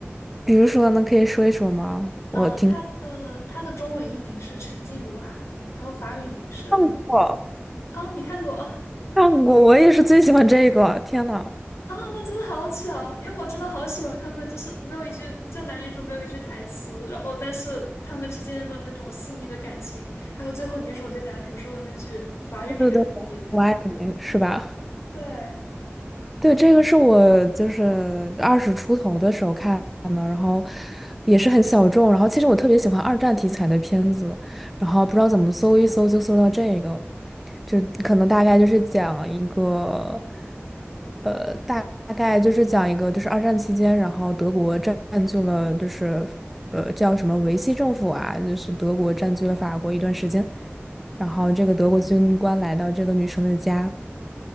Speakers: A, in the centre; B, on the left.
A: 比如说呢，可以说一说吗？
B: 嗯，
A: 我听
B: 它的它的中文译名是《沉静如海》，然后法语名是
A: 看过，
B: 啊，你看过？<laughs>
A: 看过，我也是最喜欢这个。天呐，
B: 啊，那真的好巧，因为我真的好喜欢他们，就是没有一句，就男女主没有一句台词，然后但是他们之间的那种细腻的感情，还有最后女主对男主说的那句法语里的永别，
A: 对对对，我爱你是吧？
B: 对。
A: 对，这个是我就是二十出头的时候看的，然后也是很小众。然后其实我特别喜欢二战题材的片子，然后不知道怎么搜一搜就搜到这个，就可能大概就是讲一个，呃，大大概就是讲一个就是二战期间，然后德国占占据了就是呃叫什么维希政府啊，就是德国占据了法国一段时间，然后这个德国军官来到这个女生的家。